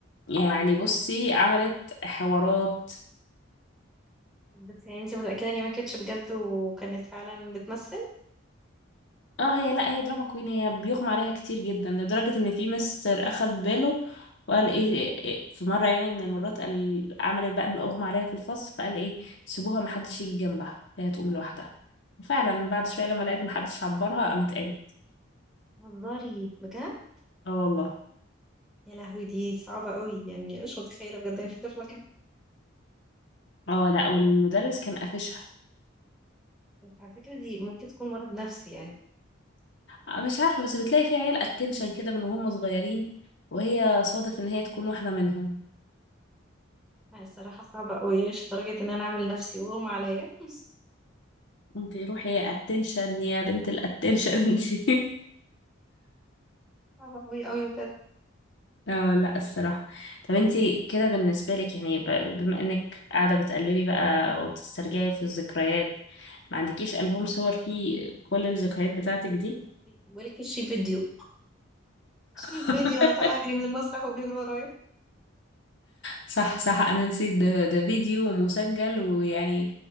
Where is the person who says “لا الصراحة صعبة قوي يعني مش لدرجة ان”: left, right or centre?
Centre